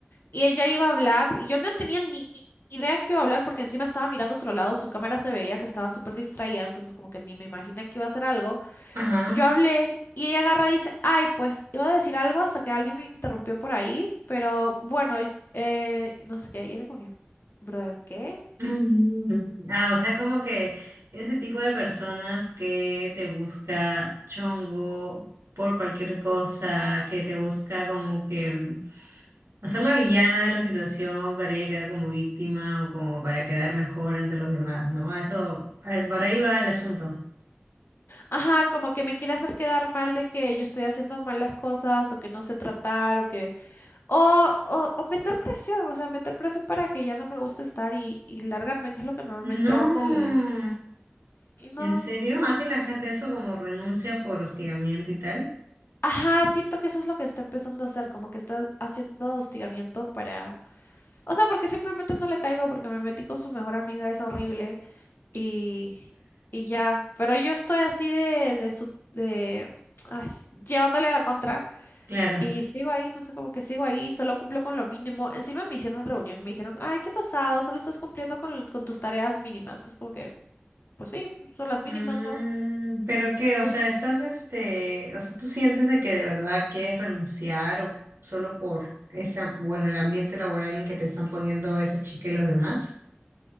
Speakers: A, on the left; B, on the right.
A: Y ella iba a hablar y yo no tenía ni... idea que iba a hablar porque encima estaba mirando otro lado, su cámara se veía que estaba súper distraída, entonces como que ni me imaginé que iba a hacer algo.
B: Ajá.
A: Yo hablé
B: <clears throat>
A: y ella agarra y dice, ay, pues iba a decir algo hasta que alguien me interrumpió por ahí, pero bueno, eh, no sé qué, y era como que, brother, ¿qué?
B: Mm. Ah, o sea, como que ese tipo de personas que te busca chongo por cualquier cosa, que te busca como que mm, hacer la villana de la situación para ella quedar como víctima o como para quedar mejor ante los demás, ¿no? A eso, a- por ahí va el asunto.
A: Ajá, como que me quiere hacer quedar mal de que yo estoy haciendo mal las cosas o que no sé tratar o que... O, o, o meter presión, o sea, meter presión para que ya no me guste estar y, y largarme, que es lo que normalmente
B: No.
A: hace el... Y no...
B: ¿En serio? ¿Hace la gente eso como renuncia por hostigamiento y tal?
A: Ajá, siento que eso es lo que está empezando a hacer, como que está haciendo hostigamiento para O sea, porque simplemente no le caigo porque me metí con su mejor amiga, es horrible. Y, y ya. Pero yo estoy así de, de su, de, ay, llevándole la contra.
B: Claro.
A: Y sigo ahí, no sé, como que sigo ahí, solo cumplo con lo mínimo. Encima me hicieron reunión, me dijeron, ay, qué pasado, solo estás cumpliendo con, con tus tareas mínimas. Es como que, pues sí, pues son las
B: Mm,
A: mínimas, ¿no?
B: pero qué, o
A: Pues
B: sea, estás este, o sea, tú sientes de que de verdad quieres renunciar o solo por esa, bueno, el ambiente laboral en que te están poniendo esa chica y los demás.